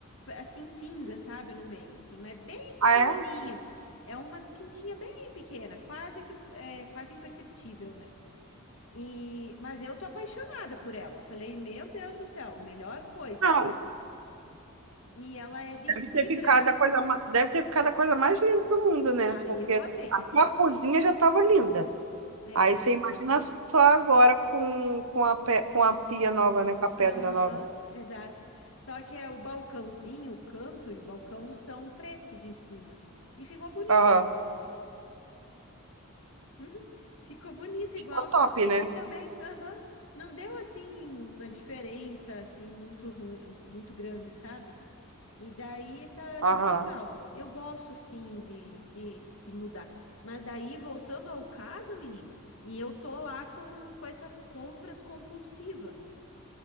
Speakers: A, on the left; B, on the right.
A: assim cinza, sabe, no meio, assim, mas bem pequenininha.
B: Ah, é?
A: É umas pintinhas bem pequena, quase que é quase imperceptível, né? E, mas eu tô apaixonada por ela. Falei, meu Deus do céu, melhor coisa.
B: Não.
A: E ela é de
B: Deve
A: fibra.
B: ter ficado a coisa, ma- deve ter ficado a coisa mais linda do mundo, né?
A: Ah, eu
B: Porque
A: amei.
B: a tua cozinha já estava linda.
A: É,
B: Aí você imagina só agora com, com a, pe- com a pia nova, né? Com a pedra
A: aham,
B: nova.
A: exato. Só que é o balcãozinho, o canto e o balcão são pretos em cima. E ficou bonito.
B: Aham.
A: igual. Uhum. Ficou bonito
B: Ficou
A: igual, ficou
B: top,
A: chique
B: né?
A: também. Aham. Não deu assim uma diferença assim muito ruim, muito grande, sabe? E daí tá,
B: Aham.
A: tá bem legal. Eu gosto, sim, de, de, de mudar. Mas daí, voltando ao caso, menina, e eu tô lá com, com essas compras compulsivas.